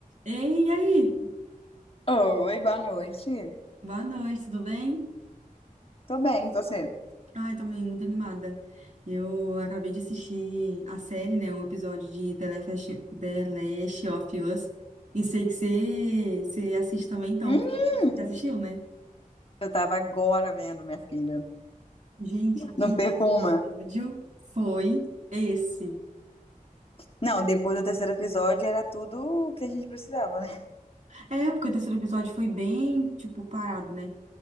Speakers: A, on the right; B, on the left.
A: Ei, e aí?
B: Oi, boa noite.
A: Boa noite, tudo bem?
B: Tô bem, e você?
A: Ai, também muito animada. Eu acabei de assistir a série, né? Um episódio de The Last of The Last of Us. E sei que você você assiste também, então.
B: Hum,
A: Você assistiu, né?
B: eu tava agora vendo, minha filha.
A: Gente, que
B: Não perco uma.
A: episódio foi esse?
B: Não, depois do terceiro episódio era tudo o que a gente precisava, né?
A: É, porque o terceiro episódio foi bem, tipo, parado, né?